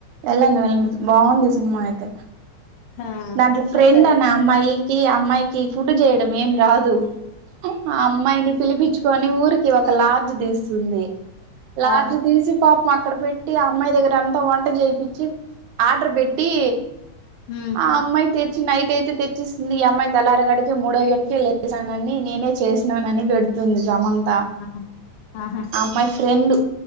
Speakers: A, on the right; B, on the left.
A: వెళ్ళండి వెళ్ళం బాగుంది సినిమా అయితే
B: ఆ
A: దాంట్లో ఫ్రెండ్
B: ఒకసారి
A: అనే అమ్మాయికి అమ్మాయికి ఫుడ్ చేయడం ఏం రాదు ఉ ఆ అమ్మాయిని పిలిపిచ్చుకుని ఊరికి ఒక లార్జ్ తీస్తుంది లార్జ్
B: ఆ
A: తీసి పాపం అక్కడ పెట్టి ఆ అమ్మాయి దగ్గర అంతా వంట చేపిచ్చి ఆర్డర్ పెట్టి
B: ఉ
A: ఆ అమ్మాయి తెచ్చి నైట్ అయితే తెచ్చేసింది ఈ అమ్మాయి తెల్లారెగాడికి మూడు అయ్యేటకే లేపేసానని నేనే చేసినానని పెడుతుంది సమంతా
B: అహ ఆహా
A: మై ఫ్రెండు,